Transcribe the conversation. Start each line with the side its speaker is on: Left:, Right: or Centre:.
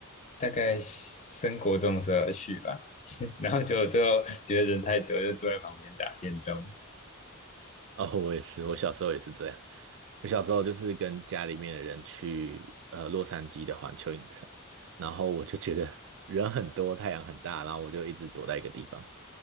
Left: 大概升国中的时候要去吧，<laughs> 然后结果最后觉得人太多，就坐在旁边打电动，
Right: 哦，我也是，
Left: 哦
Right: 我小时候也是这样。我小时候就是跟家里面的人去呃洛杉矶的环球影城，然后我就觉得人很多，太阳很大，然后我就一直躲在一个地方，